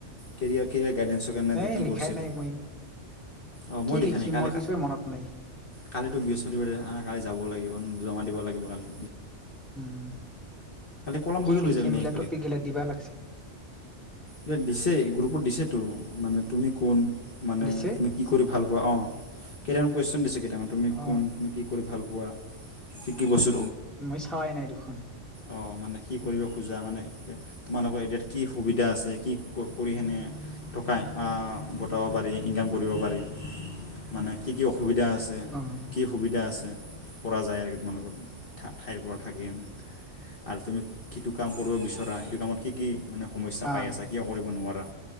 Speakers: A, on the left; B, in the centre.
A: কেৰিয়াৰ-কেৰিয়াৰ এটেনশ্যন মেমে যে
B: এই
A: কি
B: লিখাই
A: কৰিছে এইবোৰ।
B: নাই মই
A: অ'
B: কি
A: মই লিখা
B: লিখিম
A: নাই কালি,
B: মোৰ কিছু মনত নাই
A: কালিটো বৃহস্পতিবাৰে, কালি যাম। যাব লাগিব ন। জমা দিব লাগিব খালি।
B: উম
A: কলম
B: কি
A: বহীও
B: লিখি
A: লৈ যাবি নেকি
B: মিলা টপিক গিলা দিবা লাগিছে
A: এয়া দিছে গ্ৰুপত দিছেতো মানে তুমি কোন? মানে
B: দিছে
A: তুমি কি কৰি ভাল পোৱা অ' কেই কুৱেশ্যন দিছি দে। তাৰমানে তুমি
B: অ
A: কোন, তুমি কি কৰি ভাল পোৱা কি কি বস্তু
B: মই চাৱাই নাই দেখোন।
A: অ মানে কি কৰিব খোজা মানে তোমালোকৰ ইয়াতে কি সুবিধা আছে? যে কি কৰি কেনে টকা গটাব পাৰি, ইনকাম কৰিব পাৰি মানে কি কি সুবিধা আছে
B: অ
A: কি সুবিধা আছে। কৰা যায় আৰু তোমালোকত ঠাইৰ পৰা থাকেনে আৰু তুমি কিটো কাম কৰিব বিচৰা সেইটো কামত কি কি মানে
B: অ
A: পাই আছা কিয় কৰিব নোৱাৰা